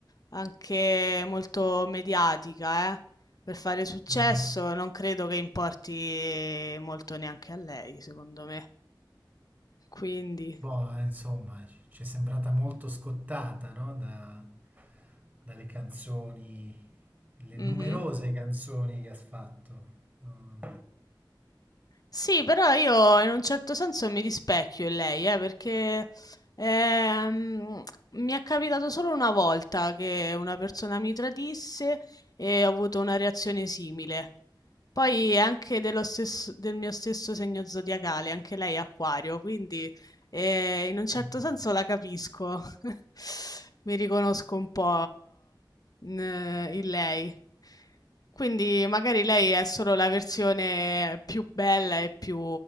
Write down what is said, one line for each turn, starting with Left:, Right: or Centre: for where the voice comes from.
Left: anche molto mediatica, eh, per fare successo,
Right: Mhm.
Left: non credo che importi molto neanche a lei, secondo me. Quindi,
Right: Boh, insomma, c- ci è sembrata molto scottata, no? Da- dalle canzoni, le
Left: mhm.
Right: numerose canzoni che ha fatto. Mm.
Left: Sì, però io in un certo senso mi rispecchio in lei, eh, perché ehm, mi è capitato solo una volta che una persona mi tradisse e ho avuto una reazione simile. Poi è anche dello stesso- del mio stesso segno zodiacale, anche lei è acquario, quindi eh, in un certo
Right: Mm.
Left: senso la capisco. <laughs> Mi riconosco un po' in, in lei. Quindi magari lei è solo la versione più bella e più,